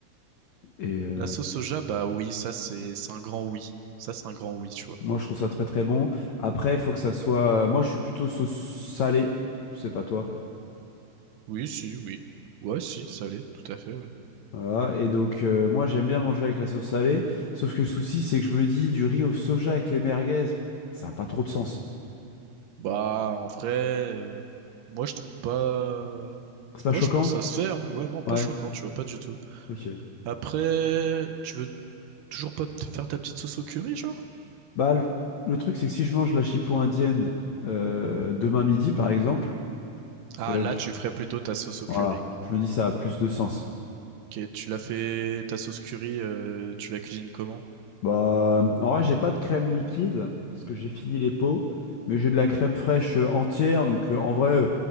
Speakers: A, on the left; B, on the right.
A: Et euh,
B: La sauce soja, bah oui, ça c'est c'est un grand oui. Ça c'est un grand oui, tu vois.
A: Moi, je trouve ça très très bon. Après, il faut que ça soit. euh, Moi, je suis plutôt sauce salée. Je sais pas toi.
B: Oui, si, oui. Ouais, si, ça l'est, tout à fait, ouais.
A: Voilà. Et donc, euh, moi, j'aime bien manger avec la sauce salée. Sauf que le souci, c'est que je me dis du riz au soja avec les merguez, ça n'a pas trop de sens.
B: Bah, en vrai, euh, moi je trouve pas.
A: C'est pas
B: Moi
A: choquant?
B: je pense que ça se fait, hein. Ouais, non, pas
A: Ouais.
B: choquant, tu vois, pas du tout.
A: Ok.
B: Après, tu veux toujours pas te faire ta petite sauce au curry, genre?
A: Bah, le, le truc, c'est que si je mange la chipot indienne euh, demain midi, par exemple, parce
B: Ah,
A: que là,
B: là,
A: j'ai-
B: tu ferais plutôt ta sauce au
A: voilà,
B: curry.
A: je me dis ça a plus de sens.
B: Ok, tu l'as fait, ta sauce curry, euh, tu la cuisines comment?
A: Bah, en vrai, j'ai pas de crème liquide parce que j'ai fini les pots, mais j'ai de la crème fraîche euh, entière. Donc, euh, en vrai. euh,